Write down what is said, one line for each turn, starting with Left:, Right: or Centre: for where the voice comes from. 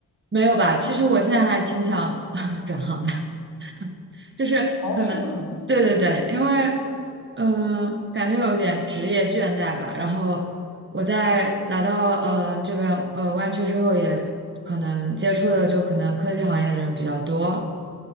Right: 没有吧？其实我现在还挺想 <laughs> 转行的，就是可能，
Left: 哦，是吗？
Right: 对对对，因为，嗯，感觉有点职业倦怠吧。然后我在来到呃这边呃湾区之后，也可能接触的就可能科技行业的人比较多。